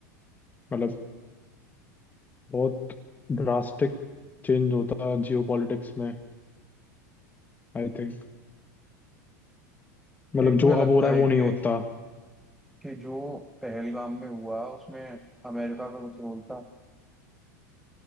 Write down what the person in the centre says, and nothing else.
फिर मुझे
लगता
है
कि
कि जो पहलगाम में हुआ उसमें अमेरिका का कुछ रोल था